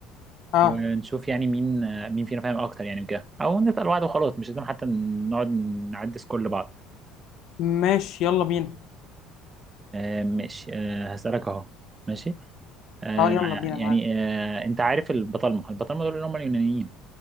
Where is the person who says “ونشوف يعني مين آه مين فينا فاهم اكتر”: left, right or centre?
Right